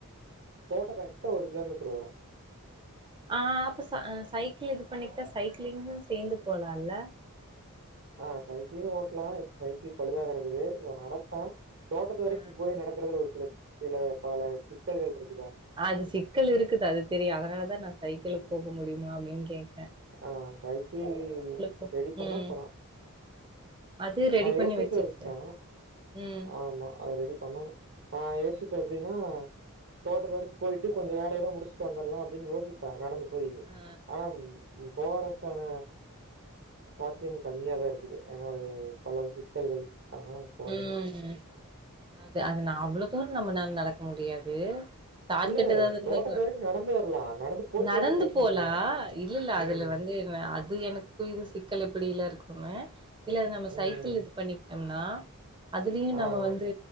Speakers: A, on the right; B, on the right.
A: தோட்டோ கரெக்டா ஒரு கிலோமீட்டர் வரு
B: ஆஹ் அப்ப ச சைக்கிள் இது பண்ணிட்டா சைக்கிளிங்கு சேந்து போலால்ல.
A: ஆஹ் சைக்கிள ஓட்டலாம் இப்ப சைக்கிள் பழுதா கிடக்குது இ நடப்ப தோட்டத்து வரைக்கு
B: ஆ
A: போய் நடக்றது ஒரு சில. சில பல சிக்கல்கள் இருக்கு.
B: ஹ் அது சிக்கல் இருக்குது அது தெரியு அதனாலதா நா சைக்கிள். போக முடியமா அப்படின்னு கேட்க
A: ஆஹ் சைக்கிள்
B: போ
A: ரெடி பண்ணா
B: ம்
A: போலா
B: அது ரெடி
A: நா
B: பண்ணி
A: யோசிட்டே
B: வச்சுக்கிட்டே
A: இருப்ப
B: ம்
A: ஆமா அது ரெடி பண்ணணு நான் யோசி. ப்ப எப்படின்னா தோட்டத்து வரைக்கு போயிட்டு கொஞ்சோ வேலையல்லா முடிச்சுட்டு வந்தடலா அப்படின்னு யோசிப்பே நடந்து. போய்
B: ஆ
A: ஆனா. போறக்கான சாத்தியம் கம்மியாதா இருக்குது ஏனா அது பல சிக்கல்கள். அதனால நான் போறதில்ல
B: உம். நா. அது நா அவ்வளோ தூரோ நம்மனால நடக்க. முடியாது. ஷார்கட்
A: இல்ல
B: ஏதாவது இருந்த
A: தோட்டத்து வரைக்கு நடந்து வரலா நடந்து போயிட்டு
B: நடந்து
A: வரது பிரச்சன
B: போலா
A: இல்ல
B: இல்லல்ல அதுல
A: ம்
B: வந்து அது எனக்கு இது சிக். க்கள் எப்படில இருக்குமே. இல்ல அது நம்ம
A: ம்
B: சைக்கிள் இது பண்ணிக்கிட்டோம்னா. அதுலயு நம்ம
A: ஆ ஆ
B: வந்து